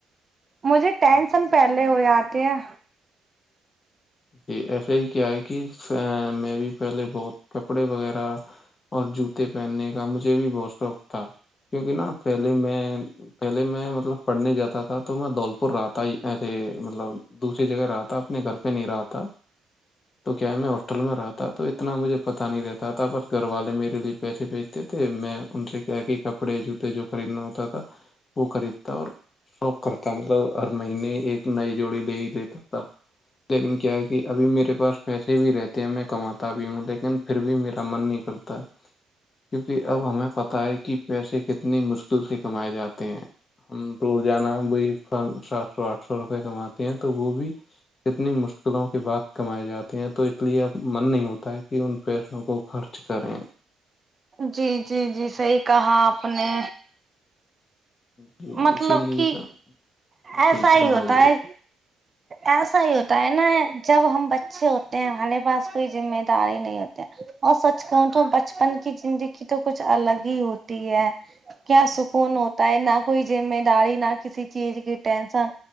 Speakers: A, on the right; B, on the left.
A: مجھے ٹینشن
B: جی
A: پ ے ہو آتے ہیں
B: جی ایسا ہی کیا ہے کہ میں بھی پہلے بہت کپڑے وغیرہ اور جوتے پہننے کا مجھے بھی بہت شوق تھا کیونکہ نا پہلے میں پہلے میں مطلب پڑھنے جاتا تھا تو میں دھولپور رہاتا ایسے مطلب دوسری جگہ رہاتا اپنے گھر پہ پہ نہیں رہ تھا تو کیا میں ہاسٹل میں رہا تھا تو اتنا مجھے پتہ نہیں رہتا تھا بس گھر والے میرے لیے پیسے پی تھے میں ان سے کیا کہ کپڑے جوتے جو خریدنا ہوتا تھا وہ خریدتا اور شوق کرتا مطلب ہر مہینے ایک نئی جوڑی لے ہی لیتا تھا لیکن کیا ہے کہ ابھی میرے پاس پیسے بھی رہتے ہیں میں کماتا بھی ہوں لیکن پھر بھی میرا من نہیں کرتا تو کیونکہ اب ہمیں پتہ ہے کہ پیسے کتنے مشکل سے کمائے جاتے ہیں ہم توور جانا ب سات سو آٹھ سو روپے کماتے ہیں تو وہ بھی کتنی مشکلوں کی بات کمائی جاتی ہیں تو اس لیے اب من نہیں ہوتا ہے کہ ان پیسوں کو خرچ کریں
A: جی جی جی صحی کہا آپ نے
B: جی
A: مطلب
B: اسی لیے
A: کہ
B: نا
A: ایسا
B: جی فرمائیے
A: ہی ہوتا ہے ایسا ہی ہوتا ہے نا جب ہم بچے ہوتے ہیں ہمارے پاس کوئی ذمہ داری نہیں ہوتے اور سچ کہوں تو بچپن کی زندگی تو کچھ الگ ہی ہوتی ہے کیا سکون ہوتا ہے نہ کوئی ذمہ داری نہ کسی چیز کی ٹینشن